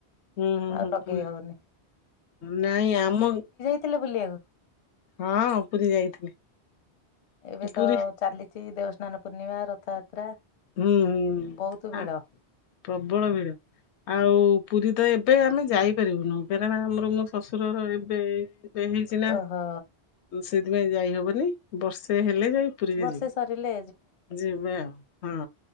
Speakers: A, on the left (about 80°); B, on the left (about 45°).
A: ହୁଁ ହୁଁ
B: ଆଉ
A: ହୁଁ
B: ଲଗେଇ
A: ହୁଁ,
B: ହଉନି।
A: ନାଇଁ ଆମ
B: ଥିଲେ ବୁଲିଆକୁ।
A: ହଁ ପୁରୀ ଯାଇଥିଲି
B: ଏବେ
A: ପୁରୀ
B: ତ ଚାଲିଚି <inaudible> ଦେଉ ସ୍ନାନ ପୂର୍ଣ୍ଣିମା ରଥଯାତ୍ରା
A: ହୁଁ ହୁଁ।
B: ବହୁତ ଭିଡ।
A: ଆ ପ୍ରବଳ ଭିଡ। ଆଉ ପୁରୀ ତ ଏବେ ଆମେ ଯାଇପାରିବୁନୁ କାରଣ ଆମର ମୋ ଶ୍ୱଶୁରର ଏବେ ବେ ହେଇଛି ନା
B: ଓହୋ
A: ସେଥିପାଇଁ ଯାଇ ହବନି ବର୍ଷେ ହେଲେ ଯାଇ ପୁରିକି
B: ବର୍ଷେ
A: ଯିବା
B: ସରିଲେ
A: ହଁ।